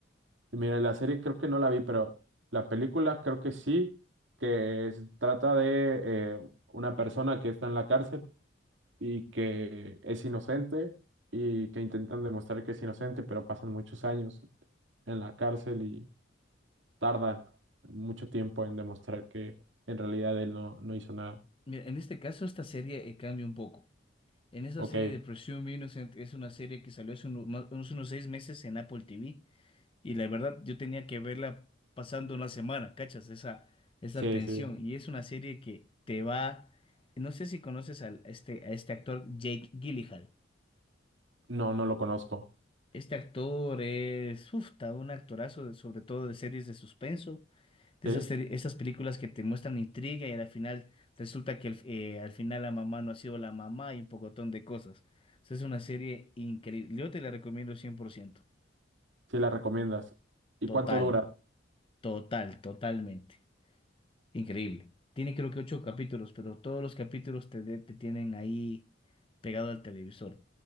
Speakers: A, on the right; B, on the left.
A: Mira, la serie creo que no la vi, pero la película creo que sí, que es- trata de eh, una persona que está en la cárcel y que es inocente y que intentan demostrar que es inocente, pero pasan muchos años en la cárcel y tardan mucho tiempo en demostrar que en realidad él no, no hizo nada.
B: Mira, en este caso esta serie eh, cambia un poco. En esa
A: Ok,
B: serie de Presume Innocent es una serie que salió hace uno- más- unos, unos seis meses en Apple TV. Y la verdad, yo tenía que verla pasando una semana, ¿cachas? Esa, esa
A: sí,
B: tensión.
A: sí,
B: Y es una serie que te va... No sé si conoces al, este, a este actor Jake Gyllenhaal.
A: no, no lo conozco.
B: Este actor es, uf, ta, un actorazo, de- sobre todo de series de suspenso, de
A: ¿Sí?
B: esas, seri- esas películas que te muestran intriga y al final resulta que al eh, al final la mamá no ha sido la mamá y un pocotón de cosas. O sea, es una serie increíble. Yo te la recomiendo cien por ciento,
A: Sí la recomiendas. ¿Y
B: Total,
A: cuánto dura?
B: total, totalmente. Increíble. Tiene creo que ocho capítulos, pero todos los capítulos te, de- te tienen ahí pegado al televisor.